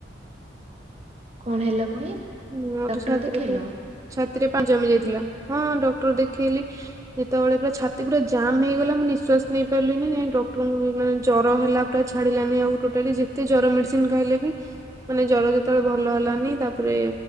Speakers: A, on the right; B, on the right.
A: କଣ ହେଲା ପୁଣି?
B: ମୋର
A: ଡକ୍ଟର
B: ଛାତିରେ
A: ଦେଖେଇଲ?
B: ତ ଛାତି ରେ ପାଣି ଜମି ଯାଇଥିଲା ହଁ ଡକ୍ଟର ଦେଖେଇଲି। ଯେତବେଳେ ପୁରା ଛାତି ପୁରା ଜାମ୍ ହେଇଗଲା ମୁଁ ନିଶ୍ଵାସ ନେଇ ପାଇଲିନି ଯାଇ ଡକ୍ଟରଙ୍କୁ ମାନେ ଜର ହେଲା। ଟା ଛାଡିଲାନି ଆଉ ଟୋଟାଲି ଯେତେ ଜର ମେଡିସିନ ଖାଇଲେ ବି ମାନେ ଜର ଯେତବେଳେ ଭଲ ହେଲାନି ତାପରେ